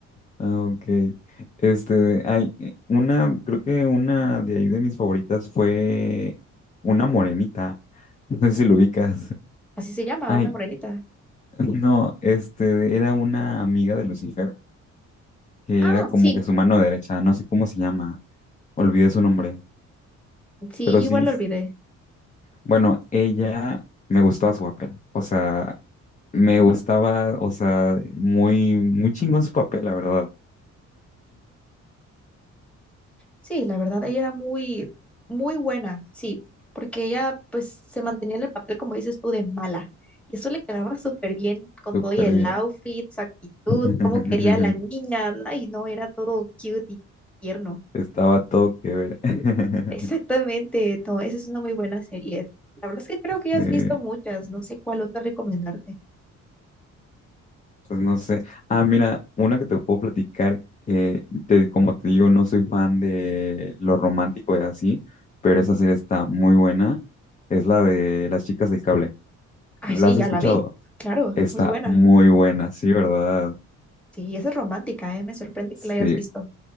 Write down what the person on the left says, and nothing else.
Ah, ok. Este, hay una, creo que una de ahí de mis favoritas fue una morenita. <laughs> No sé si lo ubicas.
Ay,
<laughs> no, este, era una amiga de Lucifer, que
era como
que su mano derecha, no sé cómo se llama, olvidé su nombre,
pero
sí, s-
bueno, ella me gustaba su papel, o sea, me gustaba, o sea, muy, muy chingón su papel, la verdad,
súper
bien,
<laughs>
estaba todo que ver. <laughs>
sí.
Pues no sé. Ah, mira, una que te puedo platicar, eh, te- como te digo, no soy fan de lo romántico y así, pero esa serie está muy buena. Es la de Las chicas del cable.
¿La
has escuchado?
Está
muy buena, sí, ¿verdad?
Sí,